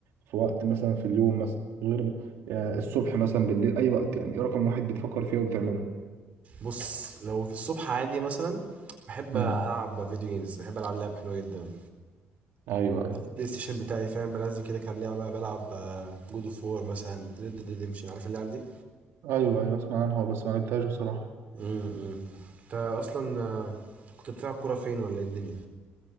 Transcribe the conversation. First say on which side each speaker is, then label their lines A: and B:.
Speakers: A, on the right (about 85°); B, on the right (about 35°).
A: في وقت مثلا في اليوم مثلا غير آه الصبح مثلا بالليل اي وقت يعني ايه رقم واحد بتفكر فيه وبتعمله
B: بص لو في الصبح عادي مثلا بحب
A: مم.
B: العب فيديو جيمز بحب العب لعب حلوه جدا
A: ايوه ايوه
B: على البلاي ستيشن بتاعي فاهم بنزل كده كام لعبه بلعب جود اوف وور مثلا ريد ديد ريدمشن عارف اللعب دي
A: ايوه ايوه اسمع عنها بس ما لعبتهاش بصراحه
B: امم انت اصلا آه، كنت بتلعب كوره فين ولا ايه الدنيا